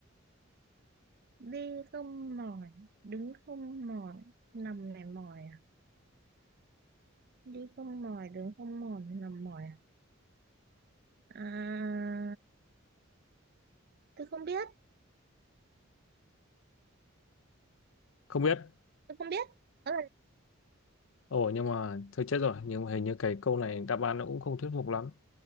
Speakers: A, on the right (about 50°); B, on the left (about 65°).
A: đi không mỏi đứng không mỏi nằm này mỏi à đi không mỏi đứng không mỏi nằm mỏi à, à tôi không biết
B: không biết
A: tôi không biết Đó là
B: ồ nhưng mà thôi chết rồi nhưng mà hình như cái câu này đáp án nó cũng không thuyết phục lắm